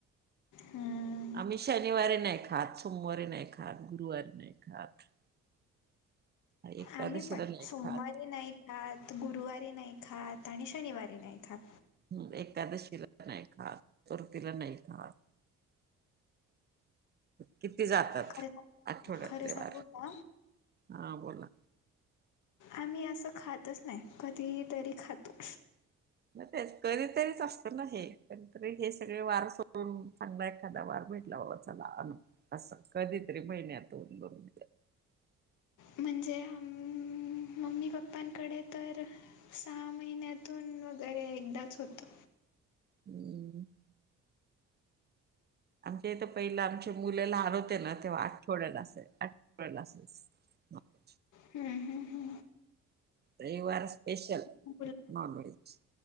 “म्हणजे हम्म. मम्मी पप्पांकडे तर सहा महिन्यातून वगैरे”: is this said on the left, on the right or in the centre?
Left